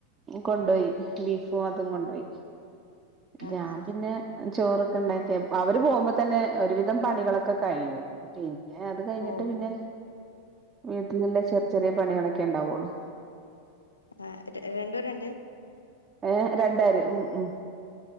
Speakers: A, on the right (about 25°); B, on the left (about 80°).
A: കൊണ്ടോയി ബീഫും അതും കൊണ്ടോയി
B: ആ
A: ഞാൻ
B: ആ.
A: പിന്നെ ചോറൊക്കെ ഉണ്ടാക്കിയ അവര് പോകുമ്പോ തന്നെ ഒരുവിധം പണികളൊക്കെ കഴിയും പിന്നെ അത് കഴിഞ്ഞിട്ട്
B: ഓ
A: പിന്നെ വീട്ടിലുള്ള ചെർ ചെറിയ പണികളൊക്കെ ഉണ്ടാവുള്ളു
B: അ രണ്ടൂരണ്ട്
A: ഏ രണ്ടാര് ഉം ഉം